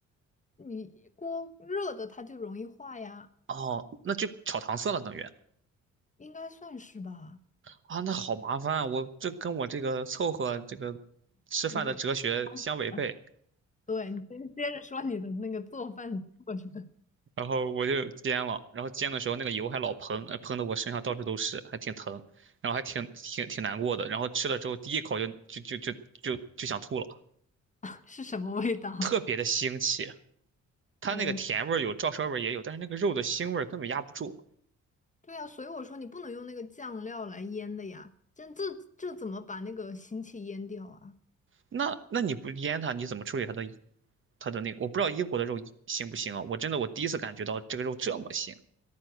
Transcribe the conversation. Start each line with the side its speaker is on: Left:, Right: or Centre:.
Left: 你锅热的它就容易化呀，
Right: 哦，那就炒糖色了，等于
Left: 应该算是吧。
Right: 啊，那好麻烦，我这跟我这个凑合这个吃饭的哲学相违背。
Left: 嗯，啊对，你先接着说你的那个做饭过程
Right: 然后我就煎了，然后煎的时候那个油还老喷，呃喷的我身上到处都是，还挺疼，然后还挺挺挺难过的。然后吃了之后第一口就就就就就就想吐了，
Left: <laughs> 是什么味道？
Right: 特别的腥气。它那个甜味儿有，
Left: 哦，
Right: 照烧味儿也有，但是那个肉的腥味儿根本压不住。
Left: 对啊，所以我说你不能用那个酱料来腌的呀，这这这怎么把那个腥气腌掉啊？
Right: 那那你不腌它，你怎么处理它的它的那个？我不知道英国的肉腥不腥啊？我真的我第一次感觉到这个肉这么腥。